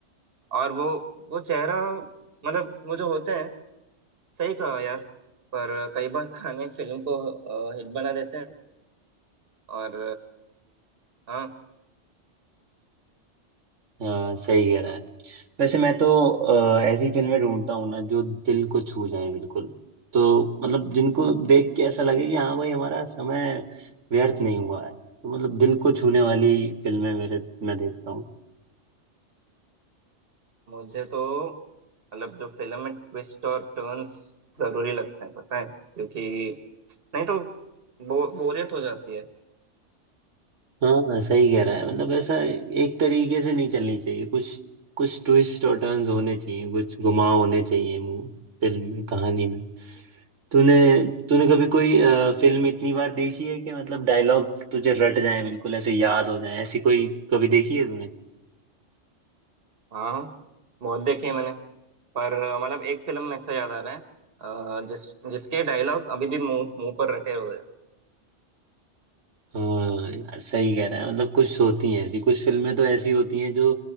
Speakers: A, on the right; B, on the right.
A: और वो वो चेहरा मतलब वो जो होते हैं सही कहा यार पर कई बार <laughs> गाने फिल्म को हिट बना देते हैं और हाँ
B: हाँ सही कह रहा है वैसे मैं तो अ, ऐसी फिल्में ढूंढता हूँ ना जो दिल को छू जाए बिल्कुल तो मतलब जिनको देख के ऐसा लगे कि हाँ भाई हमारा समय व्यर्थ नहीं हुआ है तो मतलब दिल को छूने वाली फिल्में मेरे मैं देखता हूँ
A: मुझे तो मतलब जो फिल्म में ट्विस्ट और टर्न्स जरूरी लगते हैं पता है क्योंकि नहीं तो बो, बोरियत हो जाती है
B: हाँ सही कह रहा है मतलब ऐसा एक तरीके से नहीं चलनी चाहिए कुछ कुछ ट्विस्ट और टर्न्स होने चाहिए कुछ घुमाव होने चाहिए मु- फिल्म में कहानी में तूने तूने कभी कोई अ, फिल्म इतनी बार देखी है कि मतलब डायलॉग तुझे रट जाए बिल्कुल ऐसे याद हो जाए ऐसी कोई कभी देखी है तूने
A: हाँ बहुत देखी है मैंने पर अ, मतलब एक फिल्म में से याद आ रहा है अ, जिस जिसके डायलॉग अभी भी मुंह मुंह पर रटे हुए हैं
B: हाँ यार सही कह रहा है मतलब कुछ होती हैं ऐसी कुछ फिल्में तो ऐसी होती हैं जो